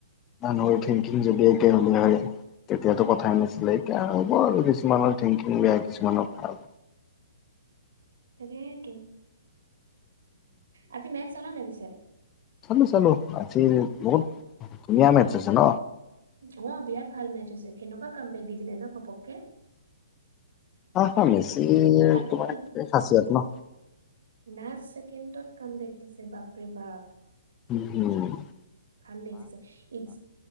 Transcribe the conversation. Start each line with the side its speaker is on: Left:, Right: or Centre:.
Left: মানুহৰ থিংকিং যদি একে হলে হয়। তেতিয়াতো কথাই নাছিলে এতিয়া হ'ব আৰু কিছুমানৰ থিংকিং বেয়া কিছুমানৰ ভাল।
Right: সেইয়েটো আজি মেজ চাল নে পিছে।
Left: চালোঁ চালোঁ আজি বহুত ধুনীয়া মেটছ হৈছে ন।
Right: অ বিৰাট ভাল মেচ আছে কেনেকুৱা কাম বেক দি দিলে ন ঘপককে।
Left: হ হা মেচিৰ
Right: তাকো
Left: তোমাৰ খাঁচিয়ত ন।
Right: নাচ ছেকেণ্ডত কাম বেক দিছে বাপৰে বাপ।
Left: উহ।
Right: ভাল লাগিছে চ ইছ